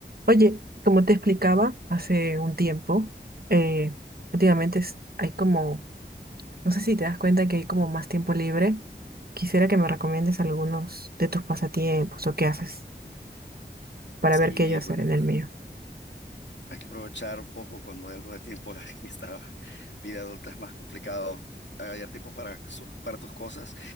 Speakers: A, on the right; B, on the left.
A: Oye, como te explicaba hace un tiempo, eh, últimamente es- hay como, no sé si te das cuenta que hay como más tiempo libre. Quisiera que me recomiendes algunos de tus pasatiempos o qué haces para
B: Sí,
A: ver qué yo hacer
B: bueno,
A: en el mío.
B: hay que aprovechar un poco cuando hay algo de tiempo, <laughs> que esta vida adulta es más complicado hallar tiempo para, sus- para tus cosas.